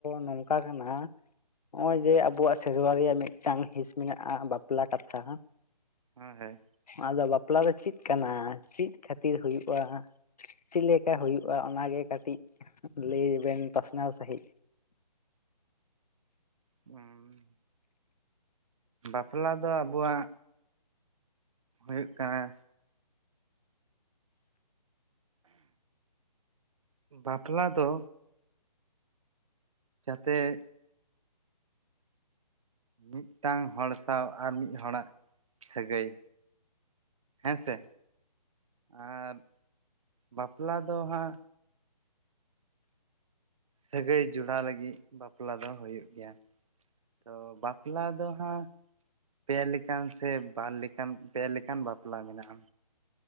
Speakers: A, on the left; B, on the right.
A: ᱱᱚᱝᱠᱟ ᱠᱟᱱᱟ, ᱱᱚᱜᱼᱚᱭ ᱡᱮ ᱟᱵᱚᱣᱟᱜ ᱥᱮᱨᱣᱟ ᱨᱮᱭᱟᱜ ᱢᱤᱫᱴᱟᱝ ᱦᱤᱸᱥ ᱢᱮᱱᱟᱜᱼᱟ ᱵᱟᱯᱞᱟ ᱠᱟᱛᱷᱟ᱾
B: ᱦᱮᱸ ᱦᱳᱭ
A: ᱟᱫᱚ ᱵᱟᱯᱞᱟ ᱫᱚ ᱪᱮᱫ ᱠᱟᱱᱟ ᱪᱮᱫ ᱠᱷᱟᱹᱛᱤᱨ ᱦᱩᱭᱩᱜᱼᱟ? ᱪᱮᱫ ᱞᱮᱠᱟ ᱦᱩᱭᱩᱜᱼᱟ ᱚᱱᱟᱜᱮ ᱠᱟᱹᱴᱤᱜ ᱞᱟᱹᱭ ᱵᱮᱱ ᱯᱟᱥᱱᱟᱣ ᱥᱟᱺᱦᱤᱡ?
B: ᱦᱩᱸ, ᱵᱟᱯᱞᱟ ᱫᱚ ᱟᱵᱚᱣᱟᱜ, ᱦᱩᱭᱩᱜ ᱠᱟᱱᱟ ᱵᱟᱯᱞᱟ ᱫᱚ, ᱡᱟᱛᱮᱜ ᱢᱤᱫᱴᱟᱝ ᱦᱚᱲ ᱥᱟᱶ ᱟᱨ ᱢᱤᱜ ᱦᱚᱲᱟᱜ ᱥᱟᱹᱜᱟᱹᱭ, ᱦᱮᱸ ᱥᱮ ᱟᱨ ᱵᱟᱯᱞᱟ ᱫᱚ ᱦᱟᱸᱜ ᱥᱟᱹᱜᱟᱹᱭ ᱡᱚᱲᱟᱣ ᱞᱟᱹᱜᱤᱜ ᱵᱟᱯᱞᱟ ᱫᱚ ᱦᱩᱭᱩᱜ ᱜᱮᱭᱟ᱾ ᱛᱚ ᱵᱟᱯᱞᱟ ᱫᱚ ᱦᱟᱸ ᱯᱮ ᱞᱮᱠᱟᱱ ᱥᱮ ᱵᱟᱨ ᱞᱮᱠᱟᱱ ᱯᱮ ᱞᱮᱠᱟᱱ ᱵᱟᱯᱞᱟ ᱢᱮᱱᱟᱜᱼᱟ᱾